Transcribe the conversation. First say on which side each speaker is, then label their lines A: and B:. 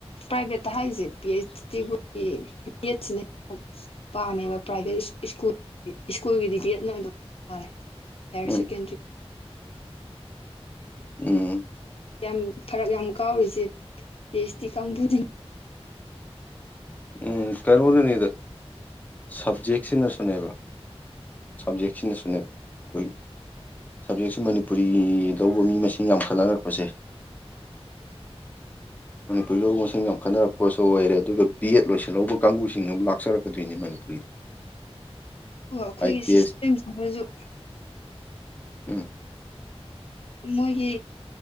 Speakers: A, on the left (about 65°); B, on the left (about 15°).
A: ꯄ꯭ꯔꯥꯏꯚꯦꯠꯇ ꯍꯥꯏꯔꯤꯁꯦ ꯄꯤ ꯑꯩꯆ ꯇꯤꯕꯨꯗꯤ ꯕꯤ ꯑꯦꯗꯁꯤꯅꯦ ꯄꯥꯝꯃꯦꯕ ꯄ꯭ꯔꯥꯏꯚꯦꯠ ꯁ꯭ꯀꯨꯜ ꯁ꯭ꯀꯨꯜꯒꯤꯗꯤ ꯕꯦꯠꯅ ꯑꯗꯨꯝꯔꯦ ꯍꯌꯔ
B: ꯎꯝ
A: ꯁꯦꯀꯦꯟꯗꯔꯤ
B: ꯎꯝ
A: ꯌꯥꯝ ꯐꯔꯛ ꯌꯥꯝ ꯀꯥꯎꯔꯤꯁꯦ ꯇꯦꯁꯇꯤ ꯀꯥꯡꯕꯨꯁꯤꯡ
B: ꯎꯝ ꯀꯩꯅꯣꯅꯅꯤꯗ ꯁꯞꯖꯦꯛꯁꯤꯅꯁꯨꯅꯦꯕ ꯁꯕꯖꯦꯛꯁꯤ ꯁꯨꯅ ꯀꯣꯏ ꯁꯕꯖꯦꯛꯁꯤ ꯃꯅꯤꯄꯨꯔꯤ ꯂꯧꯕ ꯃꯤ ꯃꯁꯤꯡ ꯌꯥꯝꯈꯠꯅꯔꯛꯄꯁꯦ ꯃꯅꯤꯄꯨꯔꯤ ꯂꯧꯕꯥ ꯃꯁꯤꯡ ꯌꯥꯝ ꯈꯠꯟꯅꯔꯛꯄꯁꯨ ꯑꯣꯏꯔꯦ ꯑꯗꯨꯒ ꯄꯤ ꯑꯦꯠ ꯂꯣꯏꯁꯤꯜꯍꯧꯕ ꯀꯥꯡꯕꯨꯁꯤꯡꯗꯨ ꯂꯥꯛꯆꯔꯛꯀꯗꯣꯏꯅꯦ ꯃꯅꯤꯄꯨꯔꯤꯗ
A: ꯑꯣ ꯑꯩꯈꯣꯏꯒꯤ
B: ꯍꯥꯏ ꯄꯤ
A: ꯁꯤꯁꯇꯦꯝꯁꯤꯃꯁꯨ
B: ꯑꯦꯁ ꯎꯝ <inaudible> <unintelligible>
A: ꯃꯣꯏꯒꯤ